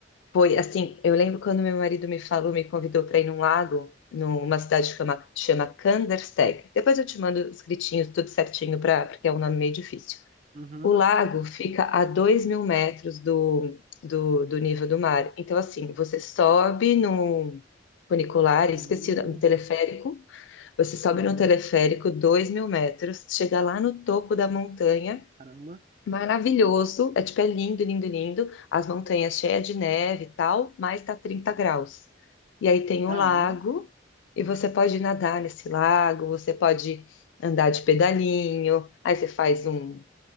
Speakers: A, on the left; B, on the right.
A: Foi assim, eu lembro quando meu marido me falou, me convidou para ir num lago, numa cidade que chama, chama Kandersteg. Depois eu te mando escritinho, tudo certinho, pra, porque é um nome meio difícil.
B: Uhum.
A: O lago fica a 2 mil metros do, do, do nível do mar. Então, assim, você sobe num funicular, esqueci,
B: Hum,
A: um teleférico, você sobe
B: uhum.
A: num teleférico 2 mil metros, chega lá no topo da montanha,
B: Caramba,
A: Maravilhoso, é tipo, é lindo, lindo, lindo, as montanhas cheias de neve e tal, mas tá 30 graus. E aí tem
B: caramba.
A: o lago, e você pode nadar nesse lago, você pode andar de pedalinho, aí você faz um,